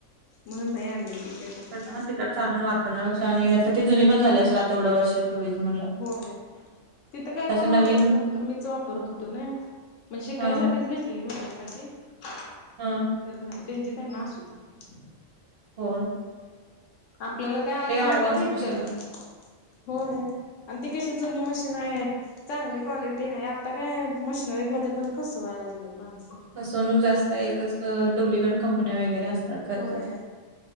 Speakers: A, on the left; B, on the right.
A: म्हणुन नाही आलं तिकडंन
B: हा तिकडचं आणुन वापरण्यापेक्षा आणि आता ती जुनी पण झाली असेल आता एवढं वर्षापूर्वीच म्हटल्यावर
A: होय तिथं काय कोण वापरत
B: नवीन
A: नव्हतं मीच वापरत होतो नाई म्हणजे शिकायसाठीच
B: हा
A: घेतलेलं <unintelligible>
B: हा
A: खरं नाही त्यांची त्यांना असू दे
B: हो
A: आपल्याला काय आज न
B: ऍडव्हान्स
A: उद्या भेटल
B: मशीन आल्यात.
A: होय आणि ती कशी जुनी मशीन आहे चांगली क्वालिटी आहे आता काय मशनरीमध्ये पण फसवाय लागलेत माणसं
B: फसवणूक जास्त एकच डुप्लिकेट कंपन्या वगैरे असतात करतात
A: होय